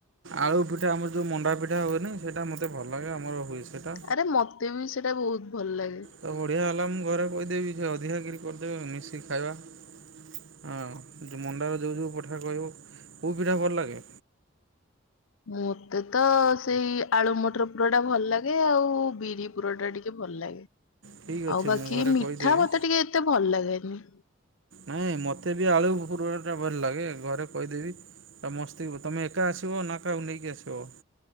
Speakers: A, on the right; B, on the left.
A: ଆଳୁ ପିଠା ଆମର ଯୋଉ ମଣ୍ଡା ପିଠା ହୁଏନି, ସେଟା ମତେ ଭଲ ଲାଗେ ଆମର ହୁଏ ସେଇଟା।
B: ଆରେ ମତେ ବି ସେଇଟା ବହୁତ ଭଲ ଲାଗେ।
A: ତ ବଢିଆ ହେଲା ମୁଁ ଘରେ କହିଦେବି ସେ ଅଧିକା କିରି କରିଦେବ ମିଶିକି ଖାଇବା। ହଁ ମଣ୍ଡାର ଯୋଉ ଯୋଉ ପଠା କହିବୁ କୋଉ ପିଠା ଭଲ ଲାଗେ।
B: ମତେ ତ ସେଇ ଆଳୁ ମଟର ପୁର ଟା ଭଲ ଲାଗେ ଆଉ ବିରି ପୁର ଟା ଟିକେ ଭଲ ଲାଗେ,
A: ଠିକ୍ ଅଛି
B: ଆଉ ବାକି
A: ମୁଁ ଘରେ
B: ମିଠା
A: କହିଦେବି।
B: ମତେ ଟିକେ ଏତେ ଭଲ ଲାଗେନି।
A: ନାଇଁ ମତେ ବି ଆଳୁ <unintelligible> ଭଲଲାଗେ ଘରେ କହିଦେବି <unintelligible> ତମେ ଏକା ଆସିବ ନା କାହାକୁ ନେଇକି ଆସିବ?